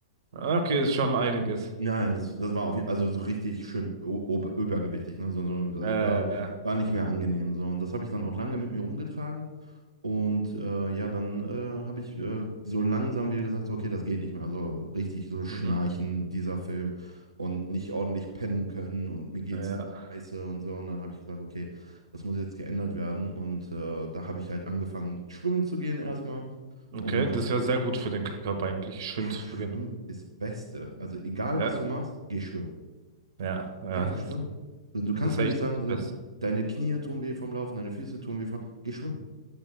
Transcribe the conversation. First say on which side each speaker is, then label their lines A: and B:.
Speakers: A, on the right; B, on the right.
A: Ah, Okay, ist schon einiges.
B: Ja, das, das war auf jeden Fall, also so richtig schön o- ober- übergewichtig. Ne? So, so, das
A: Äh,
B: war, war nicht mehr angenehm. So. Und das habe ich dann auch lange mit mir rumgetragen. Und äh, ja, dann äh, habe ich äh, so langsam wieder gesagt, so, okay, das geht nicht mehr. Also richtig so schnarchen,
A: Mhm.
B: dieser Film und nicht ordentlich pennen können und mir geht's
A: ja.
B: nur scheiße und so. Und dann habe ich gesagt, okay, das muss jetzt geändert werden. Und äh, da habe ich halt angefangen, schwimmen zu gehen erstmal.
A: Okay,
B: Um, ah,
A: das ist ja sehr gut für den Körper eigentlich, schwimmen zu
B: schwimmen
A: gehen.
B: ist das Beste. Also egal,
A: Ja,
B: was du machst, geh schwimmen.
A: ja, ja,
B: Geh einfach
A: das
B: schwimmen.
A: ist,
B: Also, du kannst
A: das ist
B: mir
A: echt
B: nicht sagen, so,
A: besser.
B: deine Knie tun weh vom Laufen, deine Füße tun weh vom... Geh schwimmen.